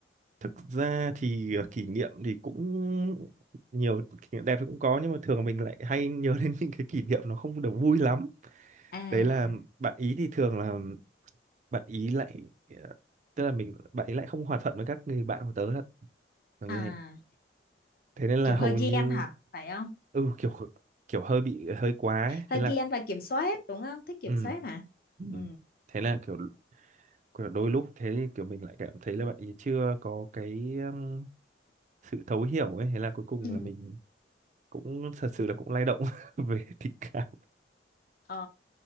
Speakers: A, on the right; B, on the left.
A: thực ra thì ờ, kỷ niệm thì cũng nhiều kỷ niệm đẹp thì cũng có nhưng mà thường mình lại hay nhớ đến những cái kỷ niệm nó không được vui lắm
B: à
A: đấy là bạn ý thì thường là bạn ý lại ờ, tức là mình bạn ý lại không hòa thuận với các người bạn của tớ là là như
B: À
A: thế thế nên là
B: kiểu
A: hầu
B: hơi ghen
A: như
B: hả phải không
A: ừ kiểu kiểu hơi bị hơi quá ấy. thế
B: hơi
A: là
B: ghen và kiểm soát đúng không thích kiểm
A: ừ,
B: soát hả
A: ừ.
B: ừ
A: thế là kiểu, kiểu đôi lúc thế thì kiểu mình lại cảm thấy là bạn ấy chưa có cái um, sự thấu hiểu ấy thế là cuối cùng
B: Ừ.
A: là mình cũng thật sự là cũng lay động <laughs> về tình cảm
B: Ờ,